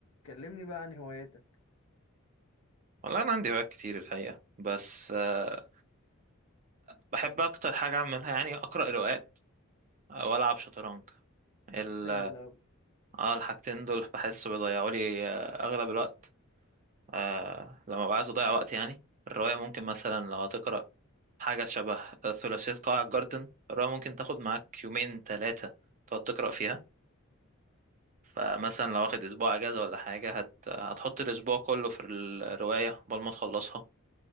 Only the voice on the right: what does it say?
والله انا عندي هوايات كتير الحقيقه بس آه، بحب اكتر حاجه اعملها يعني اقرا روايات آه، والعب شطرنج ال
اه الحاجتين دول بحس بيضيعوا لي آه، اغلب الوقت آه لما ببقى عايز اضيع وقت يعني الروايه ممكن
مثلا لو هتقرا حاجه شبه آه، ثلاثيه قاع الجارتن الروايه ممكن تاخد معاك يومين ثلاثه تقعد تقرا فيها فمثلا لو واخد اسبوع اجازه ولا حاجه هت... هتحط الاسبوع كله في الروايه قبل ما تخلصها